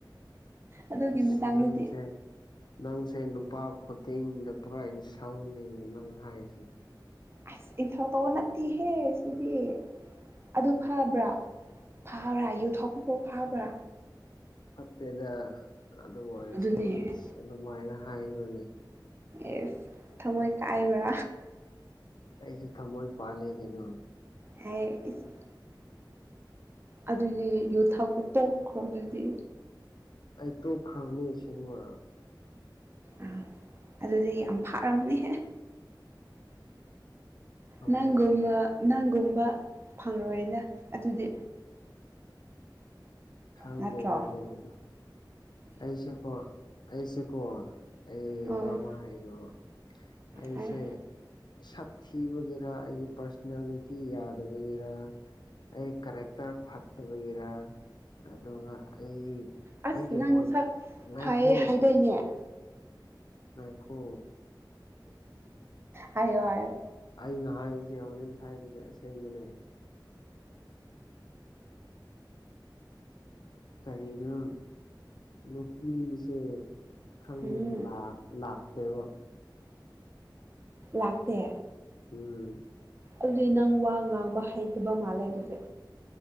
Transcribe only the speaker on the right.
ꯑꯗꯨꯒꯤ
ꯃꯇꯥꯡꯗꯗꯤ
ꯑꯁ ꯏꯊꯧ ꯇꯧꯕ ꯅꯠꯇꯦꯍꯦ ꯁꯤꯗꯤ ꯑꯗꯨ ꯐꯕ꯭ꯔꯥ ꯐꯥꯕ꯭ꯔꯥ ꯌꯨꯊꯣꯛꯄꯕꯨ ꯐꯥꯕ꯭ꯔꯥ
ꯑꯗꯨꯅꯦ
ꯑꯦꯁ ꯊꯃꯣꯏ ꯀꯥꯏꯕ꯭ꯔꯥ
ꯍꯥꯏ ꯏꯁ ꯑꯗꯨꯗꯤ ꯌꯨ ꯊꯥꯛꯄ ꯇꯣꯛꯈ꯭ꯔꯣ ꯑꯗꯨꯗꯤ
ꯑꯥ ꯑꯗꯨꯗꯤ ꯌꯥꯝ ꯐꯥꯔꯝꯅꯤꯍꯦ
ꯅꯪꯒꯨꯝꯅ ꯅꯪꯒꯨꯝꯕ ꯐꯪꯂꯣꯏꯅ ꯑꯗꯨꯗꯤ
ꯅꯠꯇ꯭ꯔꯣ
ꯑꯣ
ꯍꯥꯏꯌꯣ
ꯑꯁ
ꯅꯪ
ꯁꯛ
ꯐꯩꯌꯦ ꯍꯥꯏꯗꯥꯏꯅꯦ
ꯍꯥꯏꯌꯣ ꯍꯥꯏꯌꯣ
ꯎꯝ
ꯂꯥꯛꯇꯦ
ꯑꯗꯨꯗꯤ ꯅꯪ ꯋꯥ ꯉꯥꯡꯕ ꯍꯩꯇꯕ ꯃꯥꯜꯂꯦ ꯑꯗꯨꯗꯤ